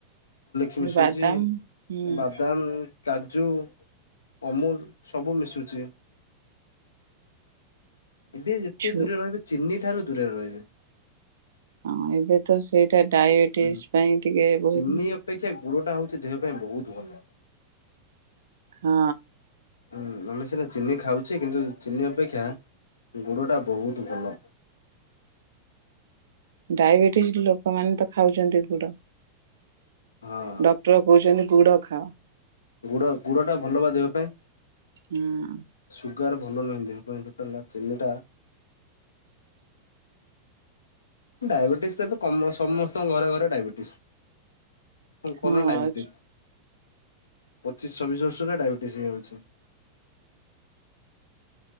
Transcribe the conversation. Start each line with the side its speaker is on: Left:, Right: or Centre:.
Left: ଚ ମିସୁଚି
Right: ବାଦାମ ହୁଁ
Left: ବାଦାମ କାଜୁ ଅମୁଲ ସବୁ ମିଶୁଛି। ଏବେ ଯେତେ
Right: ଛୁ
Left: ଦୂରେ ରହିବେ ଚିନି ଠାରୁ ଦୂରରେ ରହିବେ।
Right: ହଁ ଏବେ ତ ସେ ସେଟ ଡାଇବେଟିସ୍
Left: ହୁଁ
Right: ପାଇଁ ଟିକେ ବହୁତ
Left: ଚିନି ଅପେକ୍ଷା ଗୁଡ ଟା ହଉଛି ଦେହ ପାଇଁ ବହୁତ ଭଲ।
Right: ହଁ।
Left: ହଁ ଆମେ ସେଟା ଚିନି ଖାଉଛେ କିନ୍ତୁ ଚିନି ଅପେକ୍ଷା ଗୁଡ ଟା ବହୁତ ଭଲ।
Right: ଡାଇବେଟିସ୍ ଲୋକ ମାନେେ ତ ଖାଉଛନ୍ତି ଗୁଡ।
Left: ହଁ
Right: ଡକ୍ଟର କହୁଛନ୍ତି। ଗୁଡ଼ ଖାଅ।
Left: ଗୁଡ ଗୁଡ ଟା ଭଲ ବା ଦେହ ପାଇଁ।
Right: ହଁ
Left: ସୁଗାର୍ ଭଲ ନୁହଁ ଦେହ ପାଇଁ ଚିନି ଟା ଡାଇବେଟିସ ତ ଏବେ ସମସ୍ତଙ୍କ ଘରେ ଘରେ ଡାଇବେଟିସ୍। କନ
Right: ହଁ।
Left: ନା ଡାଇବେିଟିସ୍। ପଚିଶ ଛବିଶ ବର୍ଷରରେ ଦାଇବେଟିସ ହେଇାଉଛି।